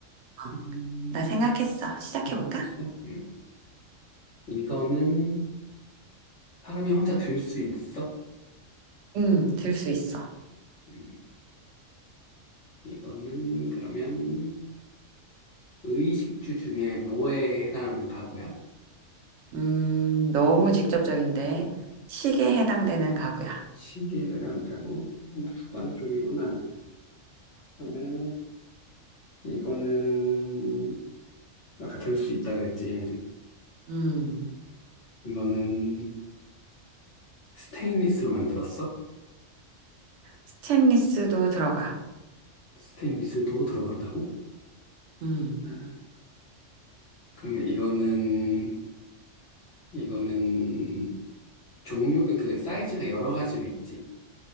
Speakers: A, on the right; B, on the left.
A: 어,
B: 음,
A: 나 생각했어. 시작해볼까?
B: 모르겠어. 응. 이거는 사람이 혼자 들 수 있어?
A: 음, 들 수 있어.
B: 음, 이거는 그러면 의식주 중에 뭐에 해당하는 가구야?
A: 음, 너무 직접적인데. 시계에 해당되는 가구야.
B: 시계에 해당하는 가구? 음, 주방 쪽이구나. 그러면 이거는 아까 들 수 있다 그랬지.
A: 음,
B: 이거는 스테인리스로 만들었어?
A: 스테인리스도 들어가.
B: 스테인리스도 들어간다고?
A: 음,
B: 아, 그럼 이거는, 이거는 종류, 그 사이즈가 여러 가지로 있지.